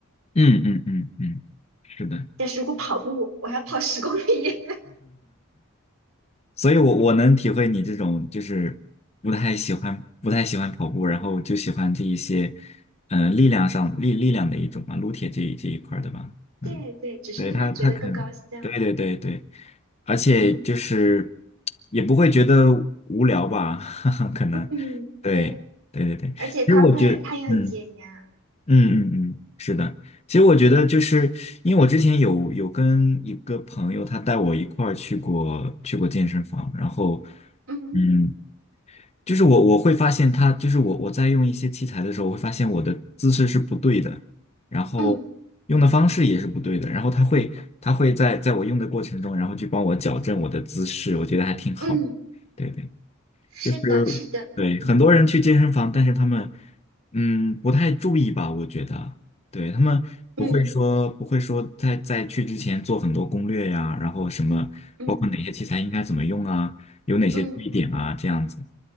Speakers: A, on the left; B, on the right.
A: 嗯嗯嗯嗯，是的。
B: 但是如果跑步，我要跑十公里。<laughs>
A: 所以我我能体会你这种就是不太喜欢不太喜欢跑步，然后就喜欢这一些，呃，力量上力力量的一种嘛，撸铁这一这一块儿的吧，嗯，
B: 对对，只是因为觉得更高效。
A: 对他他可能对对对对，而且就是
B: 嗯
A: 也不会觉得无聊吧，<laughs> 哈哈，可能，
B: 嗯，
A: 对对对对，
B: 对，
A: 其实我觉得嗯。
B: 而且它会，它也很解压。
A: 嗯嗯嗯，是的。其实我觉得，就是因为我之前有有跟一个朋友，他带我一块儿去过去过健身房，然后，
B: 嗯
A: 嗯，就是我我会发现他，就是我我在用一些器材的时候，我会发现我的姿势是不对的，然后用的方式也是不对的，
B: 嗯
A: 然后他会他会在在我用的过程中，然后去帮我矫正我的姿势，我觉得还挺好的。
B: 嗯，
A: 对对。
B: 是的，
A: 就是
B: 是的。
A: 对很多人去健身房，但是他们嗯不太注意吧，我觉得，对他们不会说不会说在在去之前做很多攻略呀，
B: 嗯
A: 然后什么包括哪些器材应该怎么用啊，
B: 嗯
A: 有哪些注意点啊，
B: 嗯嗯。
A: 这样子，